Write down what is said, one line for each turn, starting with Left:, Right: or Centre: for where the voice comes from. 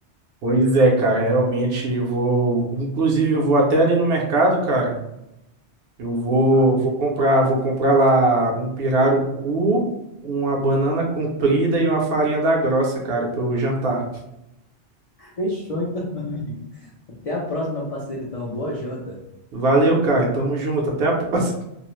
Right: Pois é, cara, realmente eu vou. Inclusive, eu vou até ali no mercado, cara. Eu vou,
Left: Ah,
Right: vou comprar, vou comprar lá um pirarucu, uma banana comprida e uma farinha da grossa, cara, para eu jantar.
Left: fechou então. <laughs> amigo. Até a próxima, meu parceiro. Então, boa janta.
Right: Valeu, cara. Tamo junto. Até a próxima.